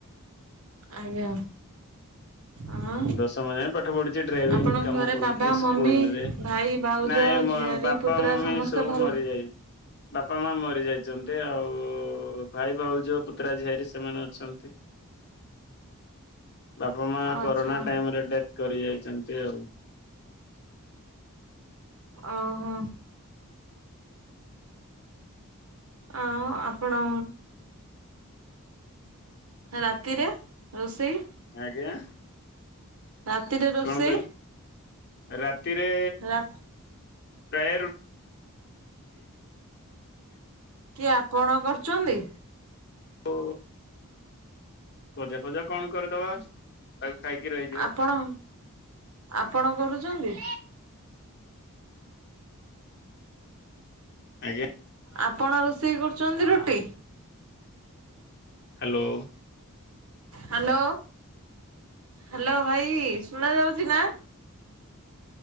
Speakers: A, on the right; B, on the left.
A: ଆଜ୍ଞା। ଆଁ
B: ଦଶମ ଯାଏଁ ପାଠ ପଢିଛି ଡ୍ରାଇଭିଂ
A: ଆପଣଙ୍କ
B: କାମ
A: ଘରେ
B: କରୁଚି
A: ବାବା
B: ସ୍କୁଲରେ।
A: ମମି ଭାଇ ଭାଉଜ
B: ନାଇଁ ମ
A: ଝିଆରୀ
B: ବାପା
A: ପୁତୁରା
B: ମମି
A: ସମସ୍ତେ
B: ସବୁ
A: ଭଲ
B: ମରିଯାଇ ବାପା ମା ମରି ଯାଇଚନ୍ତି ଆଉ ଭାଇ ଭାଉଜ ପୁତୁରା ଝିଆରି ସେମାନେ ଅଛନ୍ତି। ବାପା ମା
A: ଆଚ୍ଛା
B: କରୋନା ଟାଇମ ରେ ଡେଥ କରି ଯାଇଚନ୍ତି ଆଉ।
A: ଅଁ ହ। ଆଁ ଆପଣ ରାତିରେ ରୋଷେଇ?
B: ଆଜ୍ଞା?
A: ରାତିରେ ରୋଷେଇ?
B: କଣ କହିଲେ ରାତିରେ
A: ରା
B: ପ୍ରାୟ ରୁ
A: କିଏ ଆପଣ କରୁଚନ୍ତି?
B: ଓ ଭଜା ଫଜା କଣ କରିଦବା। ତାକୁ ଖାଇକି ରହିି
A: ଆପଣ ଆପଣ କରୁଛନ୍ତି?
B: ଆଜ୍ଞା?
A: ଆପଣ ରୋଷେଇ କରୁଛନ୍ତି ରୁଟି?
B: ହାଲୋ।
A: ହାଲୋ ହାଲୋ ଭାଇ ଶୁଣା ଯାଉଛିନା?